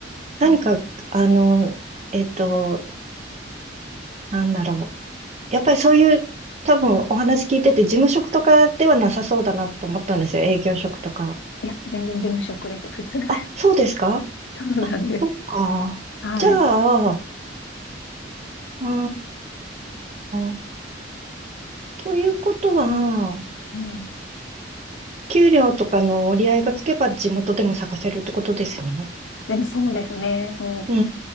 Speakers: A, on the right (about 35°); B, on the left (about 70°).
A: 何か、
B: う。うん
A: あの、えっと、なんだろう。やっぱりそういう、多分お話聞いてて、事務職とかではなさそうだなと思ったんですよ。営業職とか。
B: いや、全然事務職です。普通で
A: あ、そうですか
B: す。<laughs> そうなんです。
A: あ、そっか。
B: はい。
A: じゃあ、うーん。ということは、
B: うん。
A: 給料とかの折り合いがつけば地元でも探せるってことですね。
B: でもそうですね。そう。
A: うー